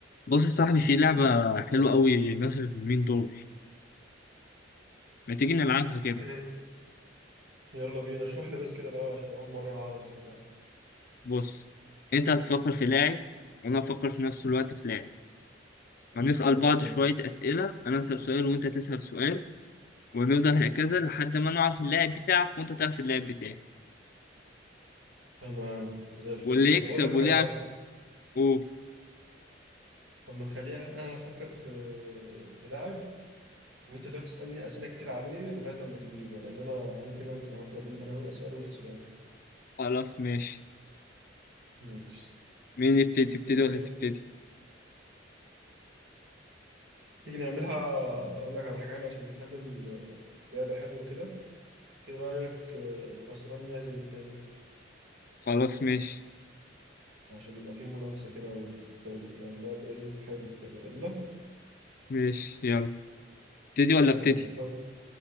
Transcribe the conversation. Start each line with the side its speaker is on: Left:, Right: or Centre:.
Left: بص يا صاحبي في لعبة حلوة قوي نازلة اليومين دول ما تيجي نلعبها كده
Right: إيه. يلا بينا اشرح لي بس كده الأول عشان أول مرة ألعبها الصراحة
Left: بص انت هتفكر في لاعب وانا هفكر في نفس الوقت في لاعب هنسأل
Right: تمام
Left: بعض شوية أسئلة أنا أسأل سؤال وأنت تسأل سؤال ونفضل هكذا لحد ما نعرف اللاعب بتاعك وأنت تعرف اللاعب بتاعي
Right: تمام زي الفل
Left: واللي
Right: طب
Left: يكسب
Right: بقول لك
Left: ولعب
Right: على حاجة
Left: قول
Right: طب ما تخليها أنا أفكر في في لاعب وأنت تقعد تسألني أسئلة كتير عليه لغاية أما تجيبه لأن أنا ممكن أنسى وإحنا بن- أنا وأنت سؤال وأنت سؤال
Left: خلاص ماشي
Right: ماشي
Left: مين يبتدي تبتدي
Right: طب بتقول
Left: ولا
Right: إيه؟
Left: تبتدي
Right: تيجي نعملها أقول لك على حاجة حلوة عشان نخلي اللعبة حلوة كده إيه رأيك آه، الخسران يعزم التاني
Left: خلاص ماشي
Right: عشان يبقى فيه منافسة كده وتبقى اللعبة إيه حلو كده يلا
Left: ماشي يلا ابتدي ولا ابتدي
Right: يلا فكر